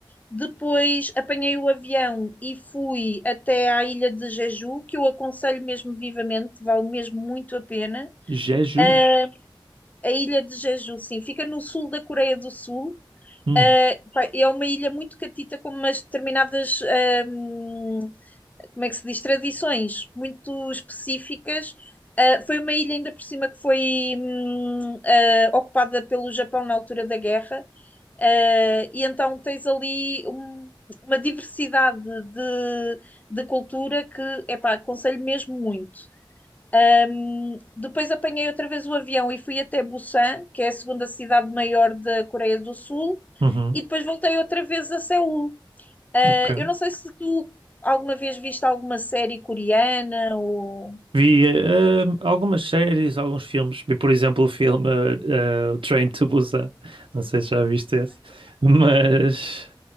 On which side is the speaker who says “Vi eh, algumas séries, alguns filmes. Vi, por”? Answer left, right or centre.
Right